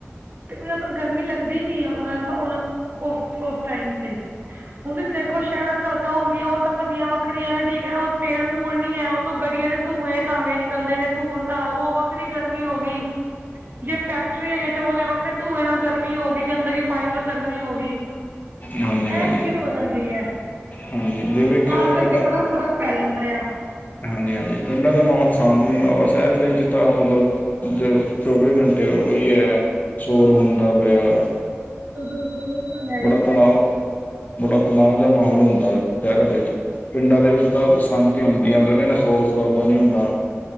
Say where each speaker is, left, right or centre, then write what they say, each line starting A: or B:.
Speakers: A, on the right (about 45°); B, on the left (about 35°).
A: ਤੇ ਉਧਰ ਗਰਮੀ ਲੱਗਦੀ ਨੀ ੳਹਨਾ ਉਸ ਟਾਈਮ ਤੇ ਹੁਣ ਦੇਖੋ ਸ਼ਹਿਰਾਂ ਚ ਸੜਕਾਂ ਹੁੰਦੀਆਂ ਉਹ ਤਪਦੀਆਂ ਵੱਖਰੀਆਂ ਨੇ ਠੀਕ ਹੈ ਨਾ ਪੇੜ ਪੂੜ ਨੀ ਹੈ। ਤੋਂ ਗੱਡੀਆਂ ਦੇ ਧੂੰਏ ਧਾਵੇਂ ਨਿਕਲਦੇ ਨੇ ਧੂਲ ਧਾਲ ਉਹ ਵ ਵੱਖਰੀ ਗਰਮੀ ਹੋ ਗਈ ਜੇ ਫੈਕਟਰੀਆਂ ਆਈਆਂ ਤੇ ਉਹਦੇ ਵਕਤ ਫੇਰ ਧੂੰਏ ਨਾਲ ਗਰਮੀ ਹੋ ਗਈ ਗੰਦਗੀ ਪਾਣੀ ਨਾਲ ਗਰਮੀ ਹੋ ਗਈ
B: ਹਾਂਜੀ
A: ਇਹ
B: ਹਾਂਜੀ
A: ਚੀਜ਼ ਹੋ ਜਾਂਦੀ ਹੈ
B: ਹਾਂਜੀ ਜੇ ਵੇਖਿਆ
A: ਤਾਂ
B: ਜਾਵੇ
A: ਕਰਕੇ ਬੜਾ ਫ਼ਰਕ ਪੈ ਜਾਂਦਾ ਆ।
B: ਹਾਂਜੀ ਹਾਂਜੀ ਪਿੰਡਾਂ ਦਾ ਮਾਹੌਲ ਸ਼ਾਂਤ ਹੁੰਦਾ ਵਾ ਸ਼ਹਿਰ ਦੇ ਵਿੱਚ ਤਾਂ ਮਤਲਬ। ਜ ਚੌਵੀ ਘੰਟੇ ਉਹੀ ਹੈ ਸੋਰ ਹੁੰਦਾ ਪਿਆ।
A: ਉਹ ਉਹ ਤਾਂ <unintelligible>
B: ਬੜਾ ਤਨਾਅ ਬੜਾ ਤਨਾਓ ਦਾ ਮਾਹੌਲ ਹੁੰਦਾ ਹੈ ਸ਼ਹਿਰਾ ਦੇ ਪਿੰਡਾਂ ਦੇ ਵਿੱਚ ਤਾਂ ਸ਼ਾਂਤੀ ਹੁੰਦੀ ਆ ਮਤਲਬ ਇਹੰਨਾ ਸ਼ੋੌਰ ਸ਼ਰਾਬਾ ਨਹੀਂ ਹੁੰਦਾ।